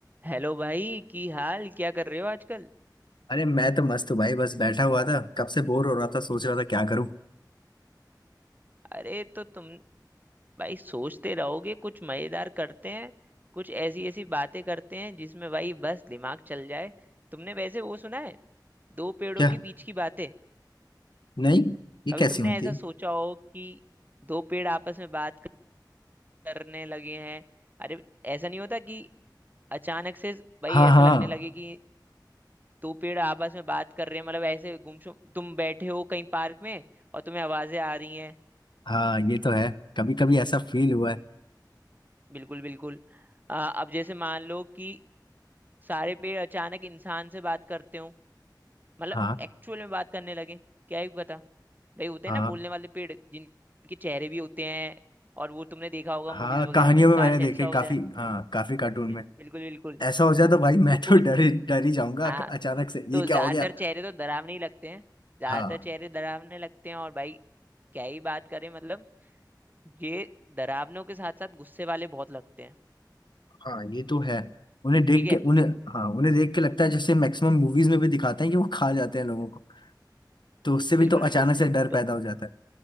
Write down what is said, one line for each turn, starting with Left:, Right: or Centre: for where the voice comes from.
Right: Hello भाई की हाल क्या कर रहे हो आजकल
Left: अरे मैं तो मस्त हूँ भाई बस बैठा हुआ था कब से बोर हो रहा था सोच रहा था क्या करूँ
Right: अरे तो तुम भाई सोचते रहोगे कुछ मजेदार करते हैं कुछ ऐसी ऐसी बातें करते हैं जिसमें भाई बस दिमाग चल जाए तुमने वैसे वो सुना है दो पेड़ों
Left: क्या
Right: के बीच की बातें
Left: नहीं ये
Right: कभी
Left: कैसी
Right: तुमने
Left: होती
Right: ऐसा
Left: है
Right: सोचा हो कि दो पेड़ आपस में बात करने लगे हैं अरे ऐसा नहीं होता कि अचानक से भाई
Left: हाँ
Right: ऐसा
Left: हाँ
Right: लगने लगे कि दो पेड़ आपस में बात कर रहे हैं मतलब ऐसे गुमसुम तुम बैठे हो कहीं पार्क में और तुम्हें आवाजें आ रही हैं
Left: हाँ ये तो है कभी कभी ऐसा फील हुआ है
Right: बिल्कुल बिल्कुल अ, अब जैसे मान लो कि सारे पेड़ अचानक इंसान से बात करते हो मतलब
Left: हाँ
Right: एक्चुअल में बात करने लगे क्या ही पता भाई होते
Left: हाँ
Right: हैं ना बोलने वाले पेड़ जिनके चेहरे भी होते हैं और वो तुमने देखा होगा
Left: हाँ
Right: मूवीज वगैरह
Left: कहानियों
Right: में
Left: में
Right: काश
Left: मैंने देखे
Right: ऐसा हो
Left: काफी
Right: जाए
Left: हाँ काफी कार्टून
Right: बिल-
Left: में
Right: बिल्कुल बिल्कुल
Left: ऐसा हो जाए तो भाई मैं
Right: तो कुछ
Left: तो डर ही डर ही जाऊंगा
Right: आ,
Left: अक- अचानक से
Right: तो
Left: ये
Right: ज्यादातर
Left: क्या हो गया
Right: चेहरे तो डरावने ही लगते हैं ज्यादातर
Left: हाँ
Right: चेहरे डरावने लगते हैं और भाई क्या ही बात करें मतलब ये डरावनों के साथ साथ गुस्से वाले बहुत लगते हैं
Left: हाँ ये तो है उन्हें देख
Right: ठीक है
Left: के उन्हें हाँ उन्हें देख के लगता है जैसे मैक्सिमम मूवीज में भी दिखाते हैं कि वो खा जाते हैं लोगों को तो उससे भी
Right: बिल्कुल
Left: तो
Right: बिल्कुल
Left: अचानक से डर
Right: तो
Left: पैदा हो जाता है